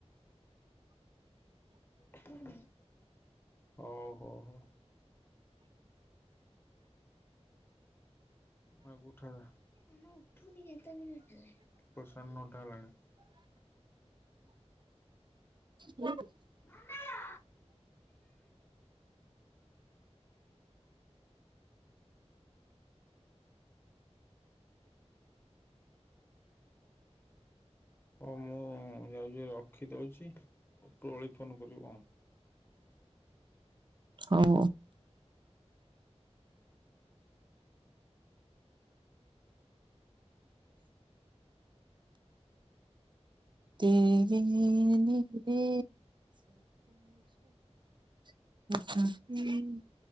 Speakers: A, on the left; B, on the right.
A: <unintelligible> ଅ ହଉ ହଉ। ମାକୁ ଉଠାଅଯା। ମାମା ଉଠୁନି <unintelligible> ତ ସାଢ୍ ନଅଟା ହେଲାଣି
B: <unintelligible>
A: ମାମା ହଁ ମୁଁ ଯାଉଚି ରଖି ଦଉଛି ଉପର ଓଳି ଫୋନ୍ କରିବୁ ହଁ।
B: ହଉ। ତିରିଂନିନି <unintelligible>